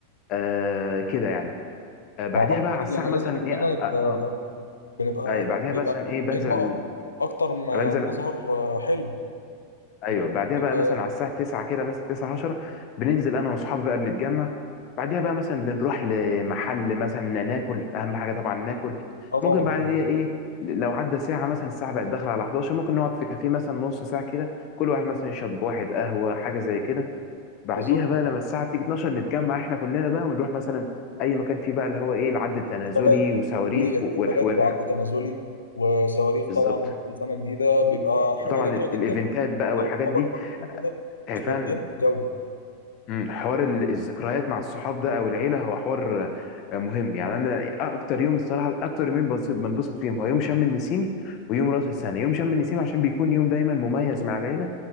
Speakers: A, on the left; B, on the left.
A: آه كده يعني آه، بعديها
B: مع بعض
A: بقى على
B: أكيد
A: الساعه
B: يعني لازم
A: مثلا
B: كلنا
A: ايه اه,
B: نبقى
A: آه, آه
B: بنبقى
A: آه، آه، بعديها
B: بيبقى
A: مثلا ايه
B: متطبعين
A: بنزل
B: بقى اكتر ما
A: بنزل
B: مظهر آه، حلو لان
A: ايوه بعديها
B: بيبقى
A: بقى مثلا على الساعه 9 كده مثلا 9 10 بننزل انا واصحابي بقى بنتجمع بعديها بقى مثلا بنروح لمحل مثلا ناكل اهم حاجه طبعا ناكل
B: اه طبعا
A: ممكن بعديها ايه لو عدى ساعه مثلا الساعه بقت داخله على 11 ممكن نقعد في كافيه مثلا نص ساعه كده كل واحد مثلا يشرب واحد قهوه حاجه زي كده بعديها
B: بالظبط
A: بقى لما الساعه تيجي 12 نتجمع احنا كلنا بقى ونروح مثلا اي مكان فيه بقى اللي هو ايه العد التنازلي
B: احتفالات
A: وصواريخ
B: في احتفالات
A: والحاجات
B: وعد تنازلي وصواريخ
A: بالظبط
B: طبعا بكل سنه جديده بيبقى
A: و-
B: حاجه
A: وطبعا
B: جميله جدا
A: الايفنتات
B: انت
A: بقى والحاجات
B: واصحابك
A: دي
B: واقفين كده
A: آه،
B: مستمتعين
A: فعلا
B: بالجو
A: مم، حوار ال- الذكريات مع الصحاب ده او العيله هو حوار آه، مهم يعني انا اكتر يوم الصراحه اكتر يومين بنبسط بنبسط فيهم هو يوم شم النسيم ويوم راس السنه يوم شم النسيم عشان بيكون يوم دايما مميز مع العيله